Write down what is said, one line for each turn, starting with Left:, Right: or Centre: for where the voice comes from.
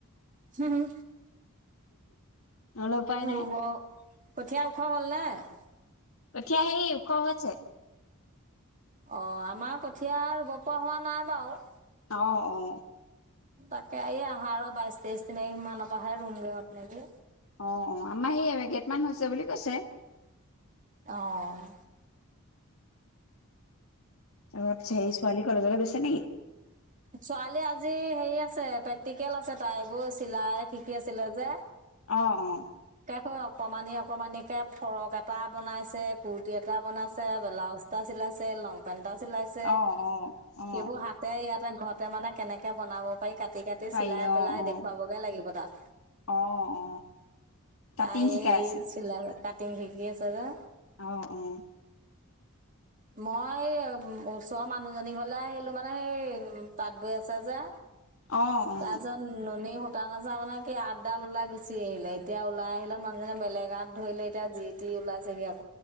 Right: হম -হম
Left: নহ'লে উপায়
Right: ৰুব
Left: নাই
Right: কঠীয়া ওখ হ'ল ন।
Left: কঠিঁয়া হেই উখ হৈছে।
Right: অ' আমাৰ কঠীয়া ৰুব পৰা হোৱা নাই বাৰু
Left: অ- অ
Right: তাকে এই আহা আৰু বাইশ তেইশ দিনা ইমানৰ পৰা আহে ৰুমগৈ আপ নাকে
Left: অ -অ আমাৰ সেই কেইটমানান হৈছে বুলি কৈছে
Right: অ '
Left: অচ সেই ছোৱালী কলেজলৈ বেচ নেকি
Right: ছোৱালী আজি হেৰি আছে প্ৰেক্টিকেল আছে তাই এইবোৰ চিলাই শিকি আছিলে যে।
Left: অ -অ
Right: হয় অকমানি অকমানিিকে ফৰক এটা বনাইছে কুৰ্টি এটা বনাইছে ব্লাউজ এটা চিলাই। লং পেন্টটা চিলাইছে,
Left: অ অ অ
Right: সেইবোৰ হাতে ইয়াতে ঘৰতে মানে কেনেকে বনাব পাৰ কাটি কাটি
Left: পাৰি
Right: চিলাই পেলাই
Left: অ অ
Right: দেখুৱাবগে লাগিব তাত।
Left: অ অ
Right: তাই
Left: কাটিং শিকাই
Right: এই
Left: আছে
Right: চিলাই কাটিং শিকি আছে যে।
Left: আহ অ'
Right: মই ওচৰৰ মানুহজনী ঘৰলে আহিলো মানে সেই উ তাঁত বৈ আছে যে
Left: অ অ
Right: তাৰছত নুনী। সুটা নাচা মানে কি আঠডাল ওলাই গুচি আহিলে এতিয়া ওলাই আহিলে মানুহজনে বেলেগ আঠ ধলে এতিয়া যি টো ওলাইছেগে আও